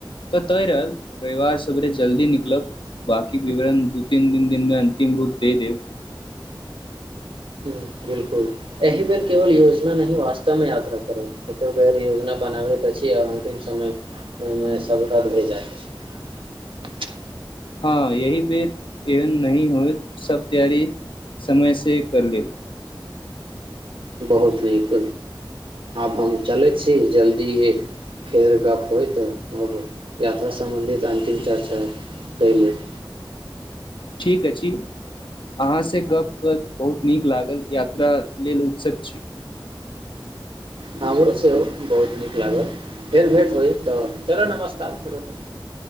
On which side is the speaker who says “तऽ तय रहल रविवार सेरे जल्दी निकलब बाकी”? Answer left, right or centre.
Left